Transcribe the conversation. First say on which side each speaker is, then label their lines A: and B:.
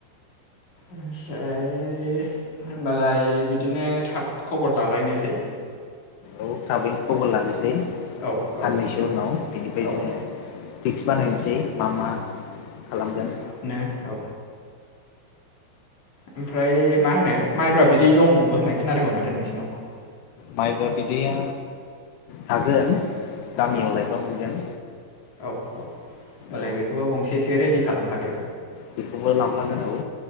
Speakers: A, on the left; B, on the left.
A: ओमफ्राय होनबालाय बिदिनो थाब खबर लालायनोसै।
B: औ थाबैनो खबर लानोसै
A: औ औ
B: साननैसो उनाव बिनिफ्राय
A: औ
B: जोङो फिक्स बानायनोसै मा मा खालामगोन।
A: नो औ। ओमफ्राय मा होनो माइब्रा बिदै दंबो होननाय खोनादोंमोन माथो नोंसिनाव।
B: माइब्रा बिदैया थागोन गामियाव
A: औ
B: लायबा मोनगोन।
A: औ औ होमबालाय
B: औ
A: बेखौबो गंसेसो रेडि खालामखादो।
B: बेखौबो लांफागोन औ।